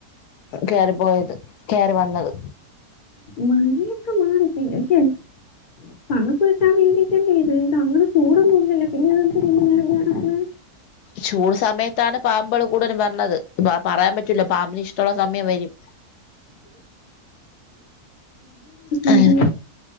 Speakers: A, on the left; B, on the left.
A: കെയറി പോയത് കെയറി വന്നത്
B: മഴയൊക്കെ മാറി <unintelligible> തണുപ്പ് കിട്ടാൻ വേണ്ടിട്ടല്ലേ ഇത് ഇതങ്ങനെ ചൂടൊന്നുന്നില്ലൊ പിന്നെ ഇതെതിന് ഇങ്ങനെ ഇറങ്ങി നടക്കണെ
A: ചൂട് സമയത്താണ് പാമ്പള് കൂടുതലും വര്ണത് പറയാൻ പറ്റൂല്ല പാമ്പിന് ഇഷ്ടൊളള സമയം വരും ആ
B: ഉം